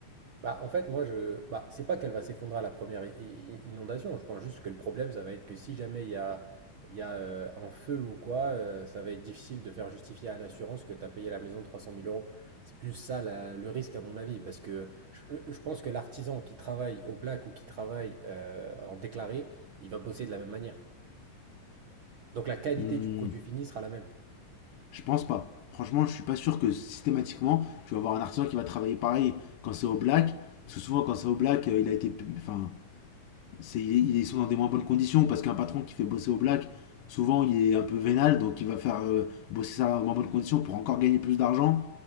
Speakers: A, on the right; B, on the left.
A: Bah, en fait, moi, je. Bah, c'est pas qu'elle va s'effondrer à la première i- i- inondation. Je pense juste que le problème, ça va être que si jamais il y a, il y a euh, un feu ou quoi, euh, ça va être difficile de faire justifier à l'assurance que tu as payé la maison trois cent mille euros. C'est plus ça la- le risque, à mon avis. Parce que je, je pense que l'artisan qui travaille au black ou qui travaille euh, en déclaré, il va bosser de la même manière. Donc la qualité
B: Hmm,
A: du produit fini sera la même.
B: je pense pas. Franchement, je suis pas sûr que systématiquement tu vas avoir un artisan qui va travailler pareil quand c'est au black, parce que souvent quand c'est au black, euh, il a été. Enfin, c'est- ils sont dans des moins bonnes conditions parce qu'un patron qui fait bosser au black, souvent il est un peu vénal, donc il va faire euh, bosser ça dans moins bonnes conditions pour encore gagner plus d'argent,